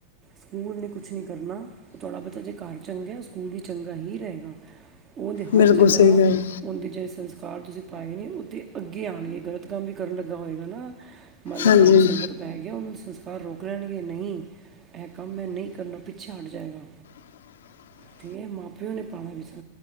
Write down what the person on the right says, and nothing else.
ਸਕੂਲ ਨੇ ਕੁਛ ਨਹੀਂ ਕਰਨਾ। ਤੁਹਾਡਾ ਬੱਚਾ ਜੇ ਘਰ ਚੰਗਾ ਸਕੂਲ ਵੀ ਚੰਗਾ ਹੀ ਰਹੇਗਾ, ਉਹਦੇ ਹਰ
ਜਗ੍ਹਾ
ਉਹਦੇ ਜਿਹੜੇ ਸੰਸਕਾਰ ਤੁਸੀਂ ਪਾਏ ਨੇ ਉਹਦੇ ਅੱਗੇ ਆਉਣਗੇ, ਗਲਤ ਕੰਮ ਵੀ ਕਰਨ ਲੱਗਾ ਹੋਏਗਾ ਨਾ ਮੰਨ ਲਓ
ਪੈੜੀ ਸੰਗਤ ਪੈ ਗਿਆ ਉਹਨੂੰ ਸੰਸਕਾਰ ਰੋਕ ਲੈਣਗੇ ਨਹੀਂ ਇਹ ਕੰਮ ਮੈਂ ਨਹੀਂ ਕਰਨਾ ਪਿੱਛੇ ਹਟ ਜਾਏਗਾ।
ਠੀਕ ਹੈ ਮਾਂ ਪਿਓ ਨੇ ਪਾਣਾ ਵਿੱਚ